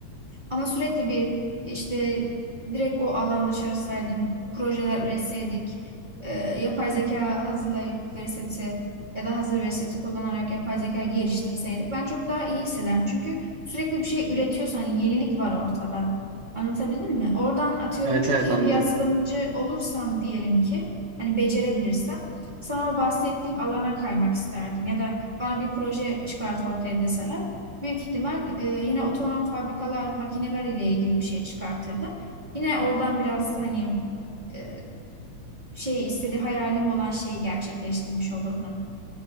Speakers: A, on the right (about 30°); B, on the right (about 70°).
A: Ama sürekli bir işte direkt o alanda çalışsaydım, projeler üretseydik, e, yapay zeka hazırlayıp veri seti ya da hazır veri seti kullanarak yapay zeka geliştirseydik ben çok daha iyi hissederim. Çünkü sürekli bir şey üretiyorsan hani yenilik var ortada. Anlatabildim mi? Oradan atıyorum
B: Evet
A: çok
B: evet
A: iyi
B: anladım.
A: bir yazılımcı olursam diyelim ki hani becerebilirsem sana o bahsettiğim alana kaymak isterdim ya da bana bir proje çıkart ortaya deseler büyük ihtimal e, yine otonom fabrikalar, makineler ile ilgili bir şey çıkartırdım. Yine oradan biraz hani e, şey istediği hayalim olan şeyi gerçekleştirmiş olurdum.